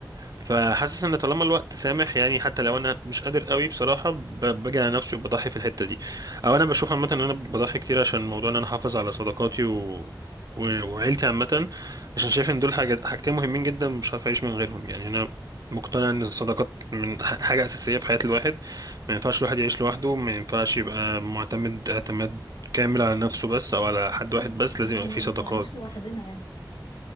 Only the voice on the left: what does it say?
أكيد
ما
احنا
ما
بنخلقناش
لوحدنا يعني